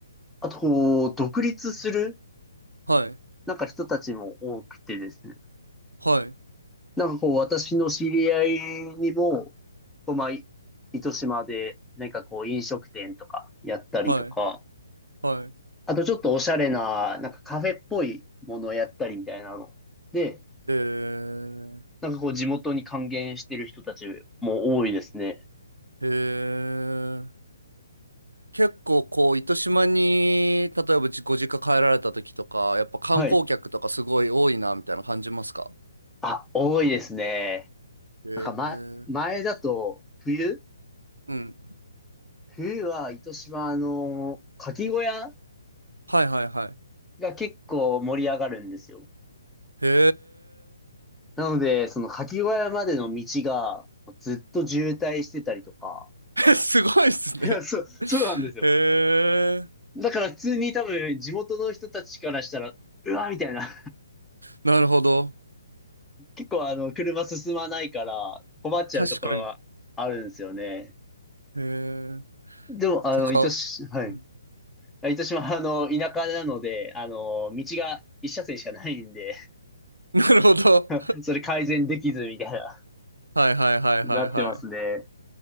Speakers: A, in the centre; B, on the right.
A: あとこう、独立する、
B: はい。
A: なんか人たちも多くてですね。
B: はい。
A: なんかこう、私の知り合いにも、こう、まあ、い糸島で、なんかこう、飲食店とかやったりとか、
B: はい。はい。
A: あとちょっとおしゃれな、なんかカフェっぽいものをやったりみたいなの。で、
B: へえ。
A: なんかこう地元に還元してる人たちも多いですね。
B: へえ。結構こう糸島に例えばじご実家帰られた時とかやっぱ観光客とかすごい多いなみたいな感じますか
A: はい。あ、多いですね。
B: へえ。
A: なんかま、前だと冬
B: うん
A: 冬は糸島の牡蠣小屋
B: はいはいはい
A: が結構盛り上がるんですよ。
B: へ
A: なので、その牡蠣小屋までの道がずっと渋滞してたりとか。
B: え <laughs> すごいっすね
A: いや、そう、そうなんですよ。
B: へえ
A: だから普通に多分地元の人たちからしたら、うわ、みたいな。
B: なるほど
A: 結構あの、車進まないから困っちゃうところはあるんですよね。
B: 確かにへえ
A: でも、あの、
B: てか
A: 糸島、はい。
B: うん
A: 糸島はあの、田舎なので、あの、道が一車線しかないんで、
B: なるほど
A: <laughs> それ改善できずみたいな、
B: はいはいはいはいはい
A: なってますね。